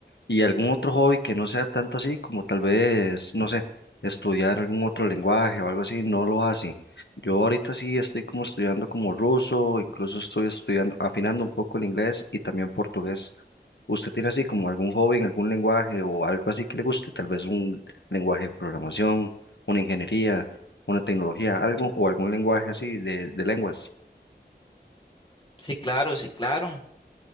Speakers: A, on the left; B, on the left.
A: ¿Y algún otro hobby que no sea tanto así, como tal vez, no sé, estudiar algún otro lenguaje o algo así? No lo hace. Yo ahorita sí estoy como estudiando como ruso, incluso estoy estudiando, afinando un poco el inglés y también portugués. ¿Usted tiene así como algún hobby en algún lenguaje o algo así que le guste? Tal vez un lenguaje de programación, una ingeniería, una tecnología, algo o algún lenguaje así de, de lenguas.
B: Sí, claro, sí, claro.